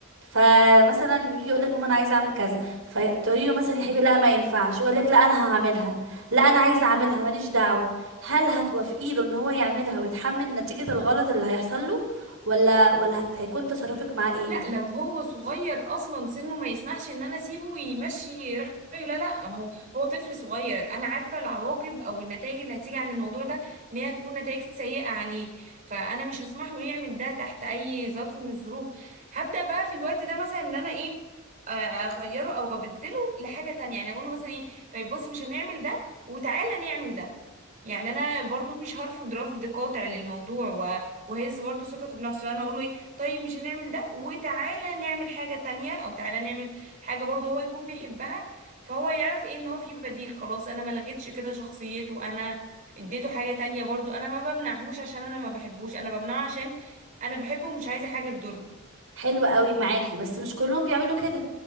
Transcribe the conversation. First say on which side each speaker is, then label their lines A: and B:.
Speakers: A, on the right; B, on the right.
A: فمثلا يجي يقول لك ماما انا عايزه اعمل كذا فتقولي له مثلا يا حبيبي لا ما ينفعش يقول لك لا انا هعملها لا انا عايزه اعملها ماليش دعوه هل هتوافقي له ان هو يعملها ويتحمل نتيجه الغلط اللي هيحصل له ولا ولا هتكون تصرفك معاه ايه
B: لا
A: مثلا
B: لو هو صغير اصلا سنه ما يسمحش ان انا اسيبه يمشي رايه لا لا ما هو هو طفل صغير انا عارفه العواقب او النتائج اللي هتيجي عن الموضوع ده ان هي هتكون نتائج سيئه عليه فانا مش هسمح له يعمل ده تحت اي ظرف من الظروف هبدا بقى في الوقت ده مثلا ان انا ايه آه، اغيره او ابدله لحاجه تانية يعني اقول له مثلا ايه طيب بص مش هنعمل ده وتعالى نعمل ده يعني انا برضو مش هرفض رفض قاطع للموضوع و- وهز برضو ثقته بنفسه انا اقول له إيه، طيب مش هنعمل ده وتعالى نعمل حاجة تانية او تعالى نعمل حاجة برضه هو يكون بيحبها فهو يعرف ايه ان هو في بديل خلاص انا ما لغيتش كده شخصيته انا اديته حاجة تانية برضه انا ما بمنعهوش عشان انا ما بحبوش انا بمنعه عشان انا بحبه ومش عايزة حاجة تضره
A: حلو قوي معاكي بس مش كلهم بيعملوا كده